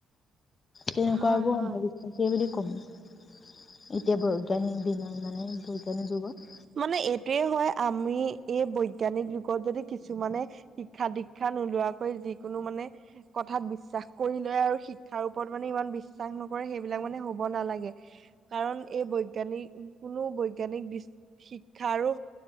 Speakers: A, on the left (about 40°); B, on the right (about 50°).
A: তেনেকুৱাবোৰ
B: হয় হয়।
A: অন্ধবিশ্বাসেই বুলি কম। এতিয়া বৈজ্ঞানিক বি মানে বৈজ্ঞানিক যুগত।
B: মানে এইটোয়ে হয় আমি এই বৈজ্ঞানিক যুগত যদি কিছুমানে শিক্ষা দীক্ষা। নোলোৱাকৈ যিকোনো মানে কথাত বিশ্বাস কৰি লয় আৰু শিক্ষাৰ ওপৰত মানে ইমান বিশ্বাস ন। সেইবিলাক মানে হ'ব নালাগে। কাৰণ এই বৈজ্ঞানিক কোনো বৈজ্ঞানিক দৃষ্টি শিক্ষা আৰু